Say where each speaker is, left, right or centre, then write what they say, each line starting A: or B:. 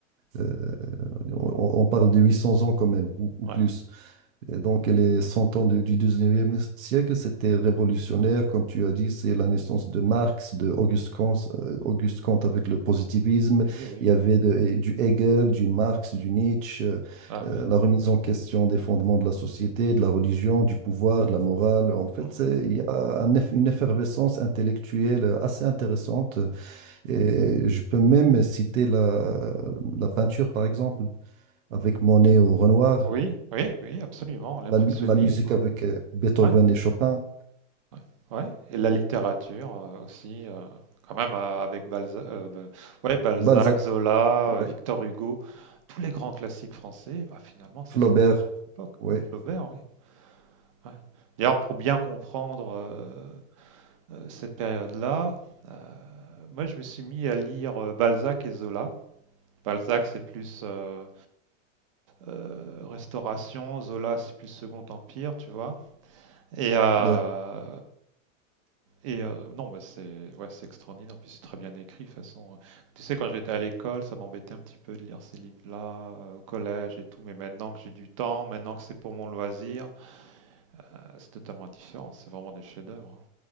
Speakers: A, on the right (about 75°); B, on the right (about 25°).
A: euh, on, on parle de 800 ans quand même, ou, ou
B: ouais.
A: plus. Et donc, les 100 ans du, du 19e siècle, c'était révolutionnaire. Comme tu as dit, c'est la naissance de Marx, de Auguste Kant, euh, Auguste Kant avec le positivisme.
B: Oui, oui.
A: Il y avait de- du Hegel, du Marx, du Nietzsche, euh,
B: Ah
A: euh,
B: oui.
A: la remise en question des fondements de la société, de la religion, du pouvoir, de la morale. En fait,
B: Mmh
A: c'est- il y a un eff- une effervescence intellectuelle assez intéressante. Et je peux même citer la, la peinture, par exemple, avec Monet ou Renoir.
B: Oui, oui, oui, absolument, l'impressionnisme.
A: La, mu- la musique avec euh, Beethoven
B: Ouais,
A: et Chopin,
B: ouais, ouais et la littérature, heu, aussi, heu, quand même, heu, avec Balza bah, ouais, Balzac,
A: Balzac,
B: Zola,
A: ouais,
B: heu, Victor Hugo, tous les grands classiques français, bah, finalement, c'est
A: Flaubert,
B: cette époque.
A: ouais,
B: Flaubert, oui, ouais. D'ailleurs, pour bien comprendre, euh, euh, cette période-là, euh, moi je me suis mis à lire euh, Balzac et Zola. Balzac c'est plus euh, euh, Restauration, Zola c'est plus Second Empire, tu vois. Et, euh,
A: ouais.
B: et euh, non, bah, c'est ouais, c'est extraordinaire, puis c'est très bien écrit de toute façon. Tu sais, quand j'étais à l'école, ça m'embêtait un petit peu de lire ces livres-là euh, au collège et tout, mais maintenant que j'ai du temps, maintenant que c'est pour mon loisir, euh, c'est totalement différent, c'est vraiment des chefs-d'œuvre. hein.